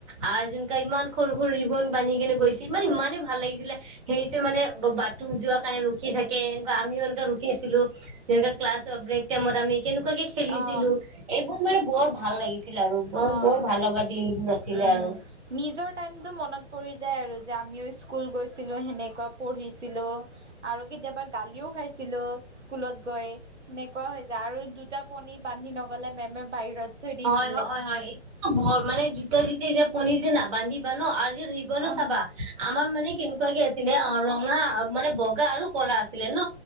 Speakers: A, on the right; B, on the right.
A: আৰু যেনকা ইমান সৰু-সৰু ৰিবন বান্ধি কিনে গৈছি, ইমান ইমানে ভাল লাগিছিলে। সেইটোৱে মানে বাথৰুম যোৱা কাৰণে ৰখি থাকে, এনেকুৱা আমিও এনেকুৱা ৰখি আছিলো। যেনেকা ক্লাছৰ ব্ৰেক টাইমত আমি কেনেকুৱাকে খেলিছিলো,
B: অ
A: এইবোৰ মানে বৰ ভাল লাগিছিল। ছিল আৰু বৰ
B: অ
A: বৰ
B: অ
A: ভাল লগা দিন আছিলে
B: উম,
A: আৰু।
B: নিজৰ টাইমটো মনত পৰি যায় আৰু যে আমিও স্কুল গৈছিলো, সেনেকুৱা পঢ়িছিলো। আৰু কেতিয়াবা গালিও খাইছিলো স্কুলত গৈ এনেকুৱা হৈ যায়। আৰু, দুটা পণী বান্ধি নগ'লে মেমে বাহিৰত থৈ দিছি
A: হয় হয় হয় হয়, এইটো মানে দুটা দুটা যেতিয়া পনিৰ যে নাবান্ধিবা ন আৰু, জৱনো
B: আহ,
A: চাবা আমাৰ মানে কেনেকুৱাকে আছিলে, অ ৰঙা মানে বগা আৰু কলা আছিলে ন।